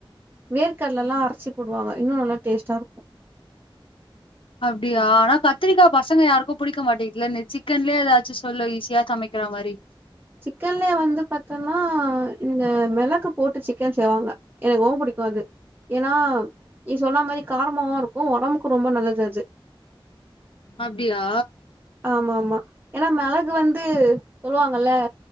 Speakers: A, on the right; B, on the left.
A: வேர் கடலலா அரச்சு போடுவாங்க இன்னு நல்லா டேஸ்ட்டாருக்கு
B: அப்டியா ஆனா கத்திரிக்கா பசங்க யாருக்கும் புடிக்க மாட்டேங்குதுல இந்த சிக்கன்லே எதாச் ச்சு சொல்லு ஈஸியா சமைக்கிற மாரி
A: சிக்கன்லே வந்து பாத்தோனா இந்த மெளகு போட்டு சிக்கன் செய்வாங்க எனக்கு ரொம் புடிக்கு அது ஏன்னா நீ சொன்னா மாரி காரமாவு இருக்கு ஒடம்புக்கு ரொம்ப நல்லது அது
B: அப்டியா
A: ஆமாமா ஏன்னா மெளகு வந்து சொல்லுவாங்கல்ல